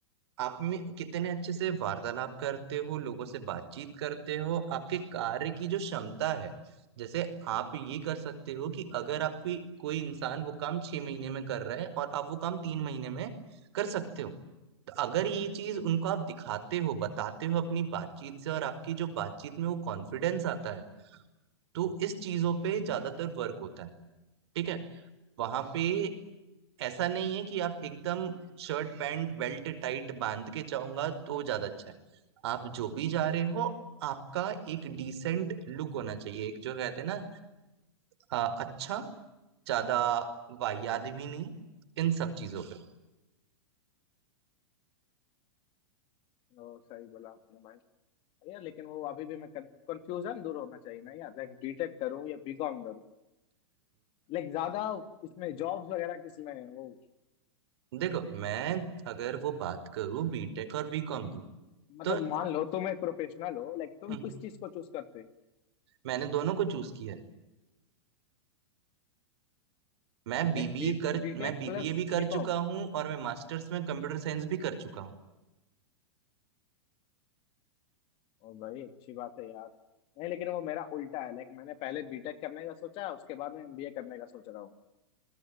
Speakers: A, on the right (about 65°); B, on the left (about 40°).
A: आप में कितने अच्छे से वार्तालाप करते हो लोगों से बातचीत करते हो आपके कार्य की जो क्षमता है जैसे आप ये कर सकते हो कि अगर आप कोई कोई इंसान वो काम छह महीने में कर रहा है और आप वो काम तीन महीने में कर सकते हो तो अगर ये चीज उनको आप दिखाते हो बताते हो अपनी बातचीत से और आपकी जो बातचीत में वो कॉन्फिडेंस आता है तो इस चीजों पे ज्यादातर वर्क होता है ठीक है वहां पे ऐसा नहीं है कि आप एकदम शर्ट पैंट बेल्ट टाइट बांध के जाऊंगा तो ज्यादा अच्छा है आप जो भी जा रहे हो आपका एक डिसेंट लुक होना चाहिए एक जो कहते हैं ना अ, अच्छा ज्यादा वाहियात भी नहीं इन सब चीजों पे
B: ओ, सही बोला आपने भाई अरे यार लेकिन वो अभी भी मैं कंफ्यूजन दूर होना चाहिए ना यार लाइक बीटेक करूँ या बीकॉम करूँ लाइक ज्यादा इसमें जॉब्स वगैरह किसमें है? वो
A: देखो मैं अगर वो बात करूं बीटेक और बीकॉम की
B: मतलब
A: तो
B: मान लो तुम एक प्रोफेशनल हो लाइक तुम
A: हम्म,
B: किस चीज को चूज करते
A: मैंने दोनों को चूज किया है मैं बीबीए
B: Like B
A: कर
B: BTech
A: मैं बीबीए
B: plus
A: भी कर
B: BCom
A: चुका हूँ और मैं मास्टर्स में कंप्यूटर साइंस भी कर चुका हूँ
B: और भाई अच्छी बात है यार नहीं लेकिन वो मेरा उल्टा है लाइक मैंने पहले बीटेक करने का सोचा उसके बाद में एमबीए करने का सोच रहा हूँ